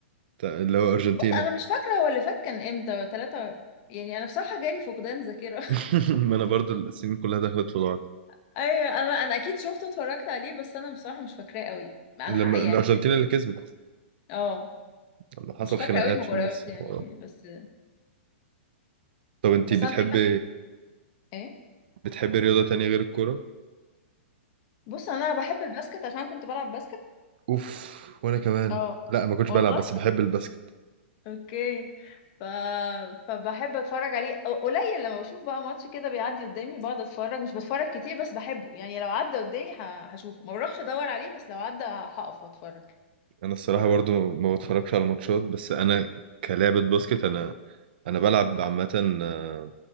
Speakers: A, on the right; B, on the left.
A: تا- اللي هو ارجنتينا
B: بص انا مش فاكره هو اللي فات كان امتى ثلاثة يعني انا بصراحه جالي فقدان ذاكره
A: <laughs> ما انا برضو السنين كلها دخلت في بعض
B: <laughs> ايوه انا انا اكيد شفته اتفرجت عليه بس انا بصراحه مش فاكراه قوي انا
A: لما
B: ح- يعني
A: الارجنتينا اللي كسبت
B: اه
A: لما حصل
B: مش فاكره
A: خناقات
B: قوي المباريات
A: في النص الحوارات.
B: يعني بس
A: طب انتي
B: بس
A: بتحبي
B: انا دايما ايه
A: بتحبي رياضة تانية غير الكورة
B: بص انا بحب الباسكت عشان كنت بلعب باسكت
A: اوف وانا كمان
B: اه
A: لا ما كنتش
B: والله
A: بلعب بس بحب الباسكت
B: اوكي ف... فبحب اتفرج عليه أو- قليل لما بشوف بقى ماتش كده بيعدي قدامي بقعد اتفرج مش بتفرج كتير بس بحبه يعني لو عدى قدامي ه... هشوفه ما بروحش ادور عليه بس لو عدى هقف واتفرج
A: انا الصراحة
B: ف...
A: برضو ما ما بتفرجش على ماتشات بس انا كلعبة باسكت انا انا بلعب عامة آه،